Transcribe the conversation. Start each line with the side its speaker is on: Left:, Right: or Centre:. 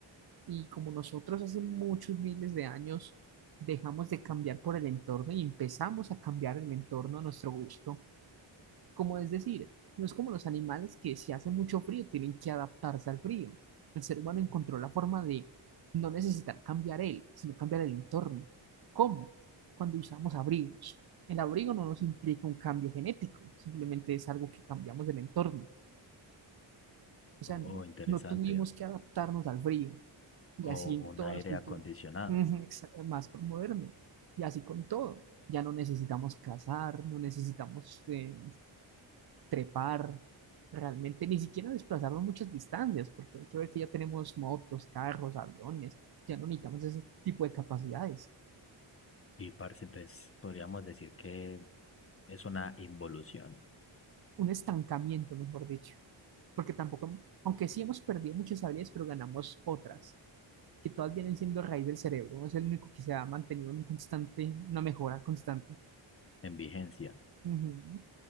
Right: Y como nosotros hace muchos miles de años dejamos de cambiar por el entorno y empezamos a cambiar el entorno a nuestro gusto, como es decir, no es como los animales que si hace mucho frío tienen que adaptarse al frío. El ser humano encontró la forma de no necesitar cambiar él, sino cambiar el entorno. ¿Cómo? Cuando usamos abrigos. El abrigo no nos implica un cambio genético, simplemente es algo que cambiamos del entorno. O sea,
Left: Oh, interesante.
Right: no tuvimos que adaptarnos al frío, y así
Left: O
Right: en
Left: un
Right: todas
Left: aire
Right: las culturas,
Left: acondicionado.
Right: <laughs> más moderno. Y así con todo. Ya no necesitamos cazar, no necesitamos eh, trepar, realmente ni siquiera desplazarnos muchas distancias, porque hay que ver que ya tenemos motos, carros, aviones, ya no necesitamos ese tipo de capacidades.
Left: Y parce, entonces podríamos decir que Es una involución
Right: Un estancamiento, mejor dicho, porque tampoco, aunque sí hemos perdido muchas habilidades, pero ganamos otras, que todas vienen siendo raíz del cerebro, es el único que se ha mantenido en constante, una mejora constante.
Left: en vigencia.
Right: Ujú.